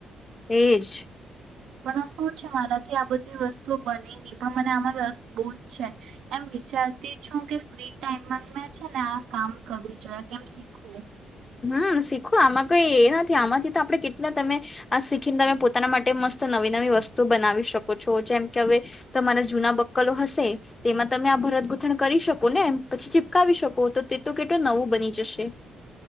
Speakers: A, on the left (about 25°); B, on the right (about 75°).
A: એ જ.
B: પણ શું છે મારાથી આ બધી વસ્તુઓ બનેલી પણ મને આમાં રસ બહુ જ છે એમ વિચારતી છું કે ફ્રી ટાઈમમાં મે છે ને આ કામ કરું જરા કેમ શીખવું?
A: હમ શીખો આમાં કઈ એ નથી આમાંથી તો આપણે કેટલા તમે આ શીખીને તમે પોતાના માટે મસ્ત નવી નવી વસ્તુ બનાવી શકો છો જેમ કે હવે તમારા જૂના બક્કલો હશે તેમાં તમે આ ભરત ગૂથણ કરી શકો ને પછી ચીપકાવી શકો તો તે તો કેટલું નવું બની જશે.